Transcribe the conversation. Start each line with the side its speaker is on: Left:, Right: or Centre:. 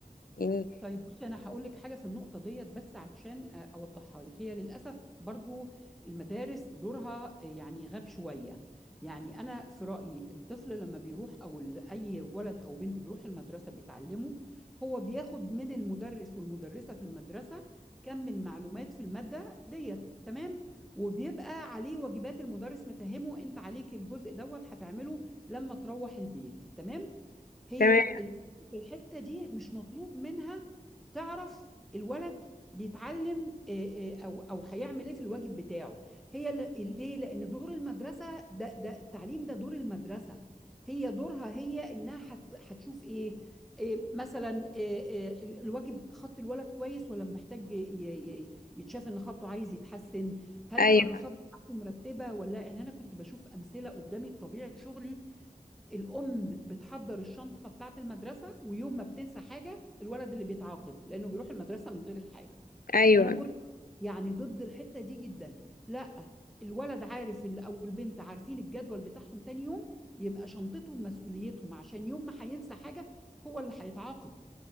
Left: يعني
Centre: طيب بصي انا هقول لك حاجه في النقطه ديت بس عشان آه، اوضحها لك هي للاسف برضو المدارس دورها آه، يعني غاب شويه يعني انا في رايي الطفل لما بيروح او ال- اي ولد او بنت بيروح المدرسه بيتعلمه هو بياخد من المدرس والمدرسه في المدرسه كم المعلومات في الماده ديت تمام وبيبقى عليه واجبات المدرس مفهمه انت عليك الجزء دوت هتعمله لما تروح البيت تمام هي
Left: تمام
Centre: الأم في الحتة دي مش مطلوب منها تعرف الولد بيتعلم آه، آه، او او هيعمل ايه في الواجب بتاعه هي ل- ليه لان دور المدرسة ده ده التعليم ده دور المدرسة هي دورها هي انها هت- هتشوف ايه آه، مثلا آه، آه، ال- الواجب خط الولد كويس ولا محتاج ي- ي- ي- يتشاف ان خطه عايز يتحسن هل
Left: ايوه
Centre: الكراسات بتاعته مرتبه ولا لا. يعني انا كنت بشوف امثله قدامي بطبيعه شغلي الأم بتحضر الشنطة بتاعة المدرسة ويوم ما بتنسى حاجة الولد اللي بيتعاقب لأنه بيروح المدرسة من غير الحاجة
Left: ايوه
Centre: فأنا كنت يعني ضد الحتة دي جدا لا الولد عارف ال- أو البنت عارفين الجدول بتاعهم تاني يوم يبقى شنطتهم مسؤوليتهم عشان يوم ما هينسى حاجة هو اللي هيتعاقب